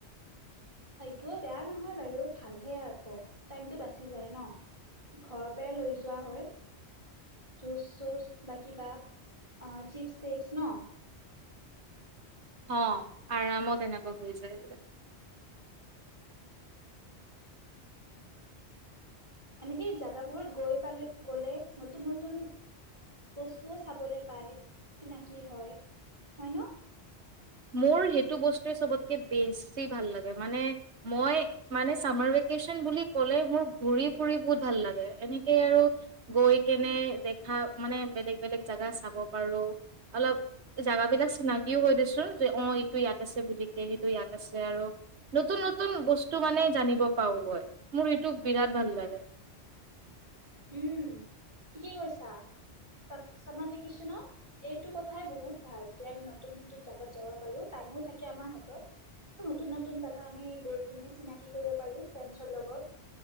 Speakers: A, on the right (about 30°); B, on the right (about 80°).
A: টো বেয়া নহয় বাৰু ভালহে আকৌ টাইমটো বাচি যায় ন ঘৰৰ পৰাই লৈ যোৱা হয় জুচ চুচ বা কিবা অহ ', চিপচ টিপছ ন।
B: অহ ', আৰামত এনেকুৱা হৈ যায়।
A: এনেকে জোগাবোৰত গৈ পালে, গ'লে নতুন নতুন বস্তুও চাবলে পায় চিনাকি হয় - হয় ন।
B: মোৰ সেইটো বস্তুৱে চবতকে বেছি ভাল লাগে, মানে মই মানে চামাৰ ভেকেচন বুলি ক'লে মোৰ ঘুৰি ফুৰি বহুত ভাল লাগে এনেকে আৰু গৈ কেনে দেখা মানে বেলেগ - বেলেগ জাগা চাব পাৰো, অলপ জোগাবিলাক চিনাকিও হয় দে চোন। অহ ', ইটো ইয়াত আছে বুলিকে, সেইটো ইয়াত আছে আৰু নতুন নতুন বস্তু মানে জানিব পাওগৈ মোৰ সেইটোক বিৰাট ভাল লাগে।
A: উম, ঠিকে কৈছা চা চামাৰ ভেকেচনত এইটো কথাই বহুত ভাল যে আমি নতুন - নতুন জাগাত যাব পাৰো, টাইমো থাকে আমাৰ হাতত নতুন নতুন জাগা আমি গৈ পি চিনাকি কৰিব পাৰো, ফ্ৰেডছৰ লগত